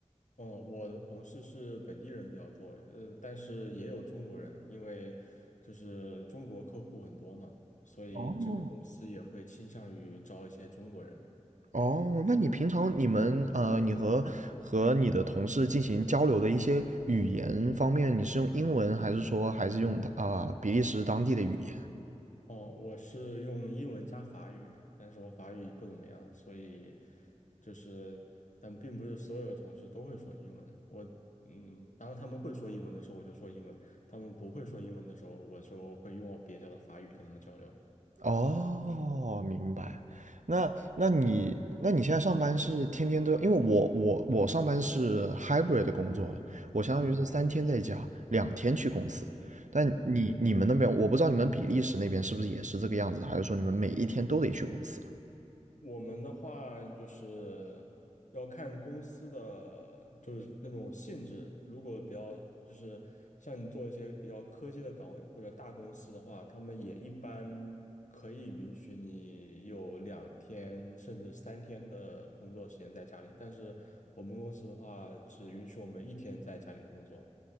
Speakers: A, on the left; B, on the right.
A: 嗯、我的同事是本地人比较多，呃，但是也有中国人了因为就是中国客户很多嘛，所以这个公司也会倾向于招一些中国人。
B: 哦。哦，那你平常你们呃，你和和你的同事进行交流的一些语言方面，你是用英文，还是说还是用啊、比利时当地的语言？
A: 哦，我是用英文加法语，但是我法语不怎么样，所以就是，但并不是所有的同事都会说英文。我，嗯，当他们会说英文的时候，我就说英文；他们不会说英文的时候，我就会用我蹩脚的法语跟他们交流。
B: 哦，明白。那那你那你现在上班是天天都，因为我我我上班是 hybrid 的工作，我相当于是三天在家，
A: 哦，
B: 两天去公司。但你你们那边，
A: 嗯。
B: 我不知道你们比利时那边是不是也是这个样子的，还是说你们每一天都得去公司？
A: 我们的话就是要看公司的，就是那种性质。如果比较就是像你做一些比较科技的岗位或者大公司的话，他们也一般可以允许你有两天甚至三天的工作时间在家里。但是我们公司的话，只允许我们一天在家里工作。